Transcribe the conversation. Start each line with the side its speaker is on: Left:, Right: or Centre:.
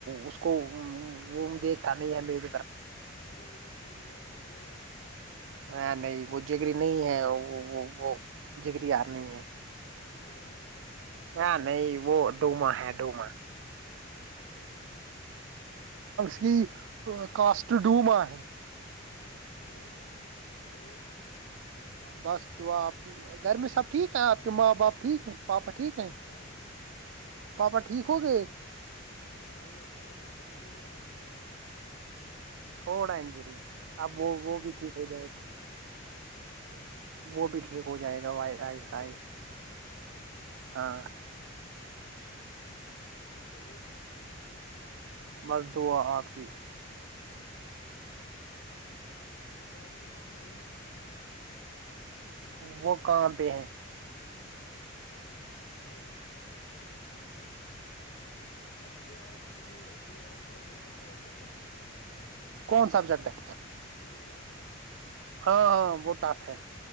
Right: اس کو وہ دیکھتا نہیں ہمیں <unintelligible>
Left: ارے وہ تو جگری یار ہوگا <unintelligible> ک <unintelligible>
Right: ہاں نہیں وہ جگری نہیں ہے وہ <unintelligible> جگری آار نہیں ہے <unintelligible>
Left: ت ہزار ہوگا <unintelligible>
Right: ہاں نہیں وہ ڈوما ہے ڈوما <unintelligible>
Left: بوما
Right: کہ کاسٹڈووما ہے
Left: ہو اور
Right: بس دعا آپ کی گھر میں سب ٹھیک ہے آپ کے ماں باپ ٹھیک ہیں پاپا ٹھیک
Left: ہاں
Right: ہیں
Left: ماں باپ ٹھیک ہے
Right: پاپا ٹھیک ہو گئے
Left: ہاں وہ اب اس کو تھوڑا انجری ہے
Right: تھوڑا انجری وہ
Left: اب
Right: وہ
Left: اس
Right: بھی
Left: کو
Right: ٹھیک
Left: بس
Right: ہو
Left: تھوڑا
Right: جائے گا
Left: ہے کچھ ہے
Right: وہ بھی ٹھیک ہو جائے گا آہستہ
Left: یہ
Right: آہستہ
Left: بھی ٹھیک ہو جائے گا
Right: ہاں
Left: اور
Right: بس دعا آپ کی
Left: آاجل کہاں پہ ہے
Right: وہ کہاں پہ ہے
Left: اچھا آپ کو آج وہ جو آپ کا وہ ہے نا وہ سبجیکٹ
Right: کون سبجیکٹ ہے
Left: لگل تری
Right: ہاں ہاں وہ ٹاپ ہے